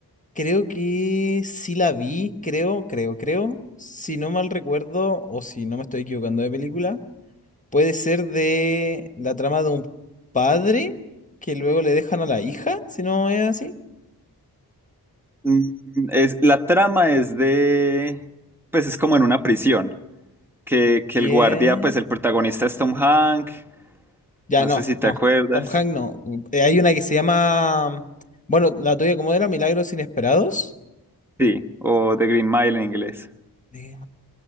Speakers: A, on the left; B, in the centre.
A: creo que sí la vi, creo, creo, creo. Si no mal recuerdo o si no me estoy equivocando de película. Puede ser de la trama de un padre que luego le dejan a la hija, si no es así.
B: Mm, Es, la trama es de, pues es como en una prisión, que, que
A: Yeah.
B: el guardia, pues el protagonista es Tom Hanks,
A: Ya
B: no
A: no,
B: sé si
A: no.
B: te acuerdas,
A: Tom Hanks no. Eh, hay una que se llama. Bueno, la tuya, ¿cómo era? Milagros Inesperados.
B: sí, o The Green Mile en inglés.
A: De-